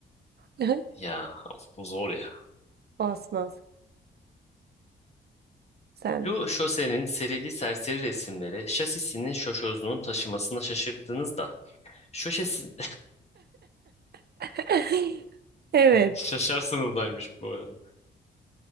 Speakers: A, on the right (about 55°); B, on the left (about 35°).
A: <laughs>
B: Ya of, bu zor ya.
A: Olsun olsun. Sen.
B: Şu şosenin serili serseri resimleri şasisinin şoşozunun taşımasına şaşırdınız da. Şoşesin...
A: <laughs> Evet.
B: Şaşarsınız daymış <laughs> bu arada.